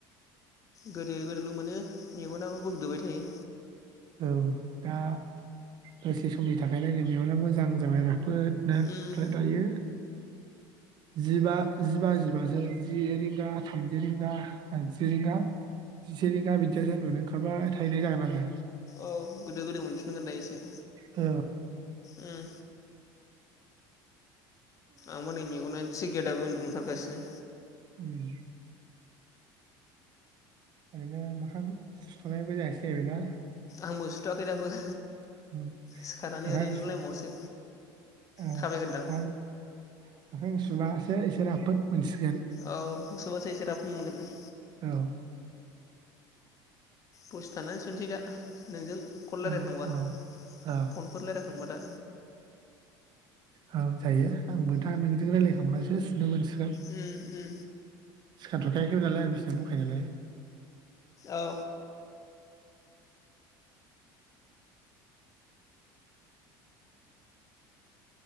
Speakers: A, on the left; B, on the right.
A: गोदो गोदोल' मोनो मेगनाबो बोग्दोबाय थायो।
B: औ दा दसे समनि थाखायलायनो मेगना मोजां जाबाय राफोद। ना ओमफ्राय
A: उम
B: दायो जिबा जिबा जिबासो जि रिंगा थामजि रिंगा जि रिंगा जिसे रिंगा बिदियासो उन्दुनो ओंखारबाय थानाय जागोन आङो।
A: औ गोदो गोदो मोनफिनगोन दायो एसे।
B: औ।
A: उम आंबो नै मेगनानो थिग गैया दाबो उन्दु ओंखारगासिनो।
B: उम। ओरैनो मोखां सुनायबो जायासै ना
A: आंबो सुथ'वाखै दाबो।
B: <unintelligible>
A: सिखारनानै ओरैनो लामायावसो
B: <unintelligible>
A: थाबायग्रोदां
B: बासो इसो राफोद। मोनसिगोन
A: औ मोखां सुबासो एसे राफोद मोनगोन।
B: औ
A: दसेथानानै सुनसै दा। नोंजों कल लायरायखांबा
B: औ औ औ
A: फनफोर लायरायखांबा दा।
B: औ जायो आंबोदा नोंजों रायजलायखांबासो सुनो मोनसि
A: उम उम।
B: सिखारथ'खायाखैमोन नालाय आं बिसिनायावनो दंखायो नालाय।
A: औ।